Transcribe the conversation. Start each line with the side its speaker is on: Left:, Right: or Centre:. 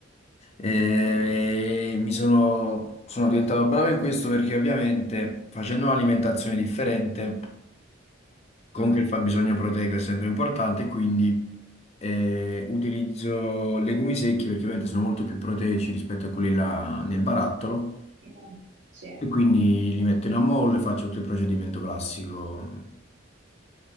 Left: Eh, mi sono, sono diventato bravo in questo perché ovviamente facendo un'alimentazione differente, comunque
Right: Mm,
Left: il fabbisogno proteico è sempre importante, e quindi eh, utilizzo legumi secchi perché ovviamente sono molto più proteici rispetto a quelli là nel barattolo
Right: mm, sì.
Left: e quindi li metto in ammollo e faccio tutto il procedimento classico